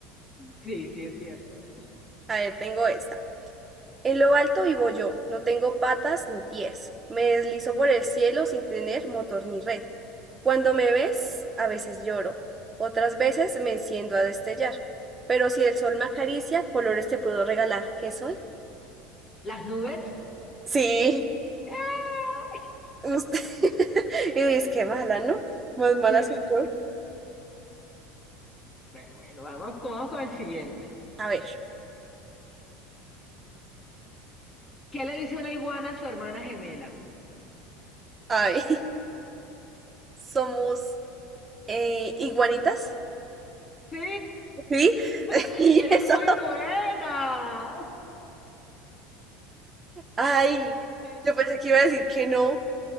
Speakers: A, on the left (about 25°); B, on the right (about 25°).
A: Sí, sí, es cierto.
B: A ver, tengo esta. En lo alto vivo yo, no tengo patas ni pies, me deslizo por el cielo sin tener motor ni red. Cuando me ves, a veces lloro, otras veces me enciendo a destellar, pero si el sol me acaricia, colores te puedo regalar. ¿Qué soy?
A: ¿Las nubes?
B: Sí,
A: ¡Ah!
B: usted. <laughs> Y dices, qué mala, ¿no? Más mala
A: <laughs>
B: soy yo.
A: Bueno, bueno, vamos, vamos con el siguiente.
B: A ver,
A: ¿Qué le dice una iguana a su hermana gemela?
B: a ver, <laughs> somos eh, iguanitas,
A: Sí,
B: ¿sí?
A: <laughs>
B: <laughs> Y
A: eres
B: eso.
A: muy buena.
B: Ay,
A: Sí,
B: yo pensé que iba a decir que no.